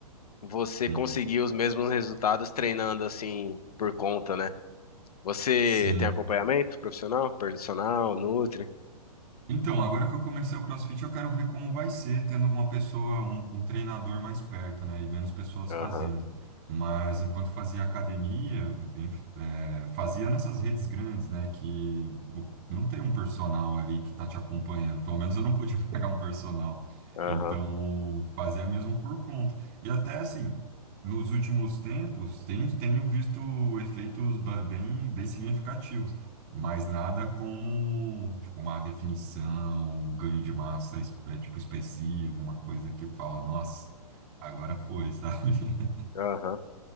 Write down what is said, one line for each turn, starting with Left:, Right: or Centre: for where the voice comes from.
Left: você
Right: uhum.
Left: conseguir os mesmos resultados treinando assim por conta, né? Você
Right: Sim.
Left: tem acompanhamento profissional, personal, nutri?
Right: Então, agora que eu comecei o CrossFit, eu quero ver como vai ser tendo uma pessoa, um, um treinador mais perto, né? E menos pessoas
Left: Aham,
Right: fazendo. Mas enquanto fazia academia, enf- é, fazia nessas redes grandes, né? Que o- não tem um personal ali que tá te acompanhando. Pelo menos eu não podia <laughs> pagar um personal.
Left: aham,
Right: Então, fazia mesmo por conta. E até assim, nos últimos tempos, tem, tenho visto efeitos ba- bem, bem significativos. Mas nada como, tipo, uma definição, um ganho de massa, es- é, tipo, expressivo, uma coisa que fala, nossa, agora foi, sabe? <laughs>
Left: aham.